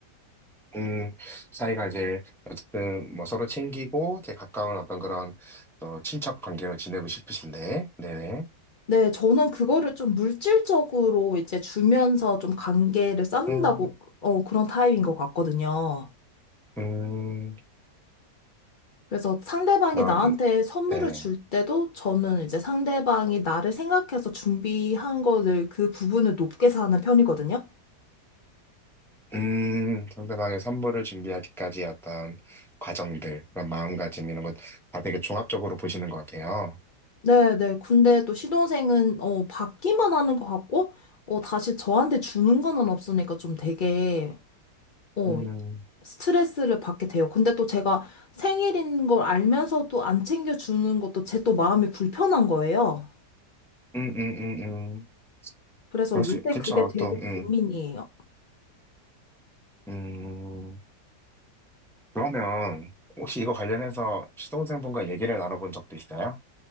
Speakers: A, in the centre; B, on the left.
A: 음, 사이가 이제, 어쨌든, 뭐 서로 챙기고, 되게 가까운 어떤 그런, 어, 친척 관계로 지내고 싶으신데, 네네.
B: 네, 저는 그거를 좀 물질적으로 이제 주면서 좀 관계를 쌓는다고,
A: 음,
B: 어, 그런 타입인 것 같거든요.
A: 음,
B: 그래서 상대방이
A: 그런,
B: 나한테 선물을
A: 네네.
B: 줄 때도 저는 이제 상대방이 나를 생각해서 준비한 거를 그 부분을 높게 사는 편이거든요.
A: 음, 상대방의 선물을 준비하기까지 어떤 과정들, 그런 마음가짐 이런 것 다 되게 종합적으로 보시는 것 같아요.
B: 네, 네. 근데 또 시동생은 어 받기만 하는 것 같고 어 다시 저한테 주는 거는 없으니까 좀 되게 어
A: 음.
B: 스트레스를 받게 돼요. 근데 또 제가 생일인 걸 알면서도 안 챙겨 주는 것도 제 또 마음이 불편한 거예요.
A: 음, 음, 음, 음.
B: 그래서
A: 그럴 수,
B: 요새
A: 있- 그쵸,
B: 그게 되게
A: 또,
B: 고민이에요.
A: 음, 음. 그러면, 혹시 이거 관련해서 시동생분과 얘기를 나눠본 적도 있어요?